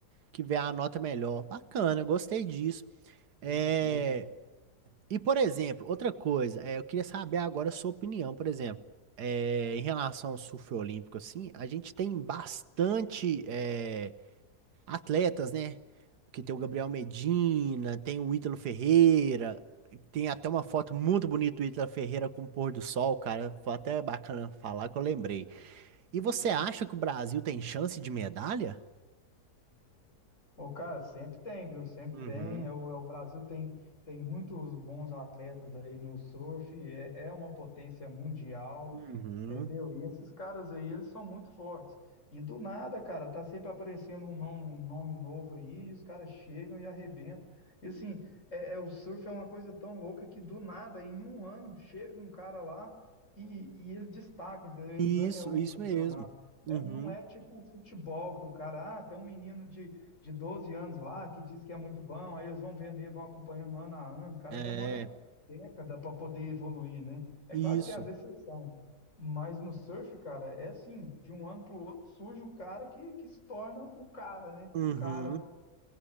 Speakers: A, on the right; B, on the left.
A: que vê a nota melhor. Bacana, eu gostei disso. É,
B: Isso, isso.
A: E, por exemplo, outra coisa, é, eu queria saber agora a sua opinião, por exemplo, é, em relação ao surf olímpico, assim, a gente tem bastante. é, atletas, né? Porque tem o Gabriel Medina, tem o Ítalo Ferreira, tem até uma foto muito bonita do Ítalo Ferreira com o pôr do sol, cara. Foi até bacana falar que eu lembrei. E você acha que o Brasil tem chance de medalha?
B: Ô, cara, sempre tem, viu? Sempre
A: Uhum,
B: tem. É O, é o Brasil tem, tem muitos bons atletas aí no surf, é, é uma potência mundial,
A: uhum.
B: entendeu? E esses caras aí, eles são muito fortes. E do nada, cara, tá sempre aparecendo um, nom- um nome novo aí, e os caras chegam e arrebentam. E assim, é, é- o surf é uma coisa tão louca que do nada, em um ano, chega um cara lá e, e ele destaca, entendeu? Ele
A: Isso,
B: ganha o
A: isso
B: campeonato.
A: mesmo. Uhum.
B: É, não é tipo futebol que o cara, ah, tem um menino de de 12 anos lá, que diz que é muito bom, aí eles vão vendo, ele, vão acompanhando ano a ano. O cara
A: É,
B: demora década para poder evoluir, né? É
A: isso.
B: claro que tem as exceções, mas no surf, cara, é assim, de um ano para o outro surge o cara que, que se torna o cara, né?
A: Uhum.
B: O cara do